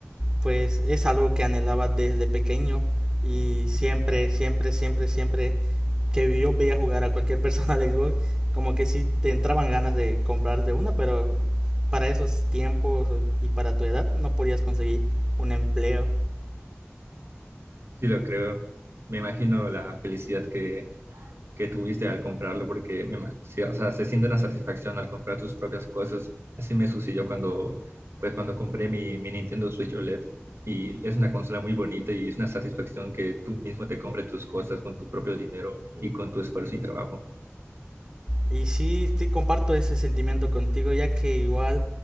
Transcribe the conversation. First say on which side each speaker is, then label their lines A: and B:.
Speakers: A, on the right (about 25°); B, on the right (about 65°).
A: pues es algo que anhelaba desde pequeño y siempre, siempre, siempre, siempre que yo veía jugar a cualquier <laughs> persona al Xbox, como que sí te entraban ganas de comprarte una, pero para esos tiempos y para tu edad no podías conseguir un empleo
B: Sí, lo creo. Me imagino la felicidad que, que tuviste al comprarlo, porque me ima- sí, o sea, se siente una satisfacción al comprar tus propias cosas. Así me sucedió cuando, pues, cuando compré mi, mi Nintendo Switch OLED y es una consola muy bonita y es una satisfacción que tú mismo te compres tus cosas con tu propio dinero y con tu esfuerzo y trabajo.
A: Y sí, sí, comparto ese sentimiento contigo, ya que igual,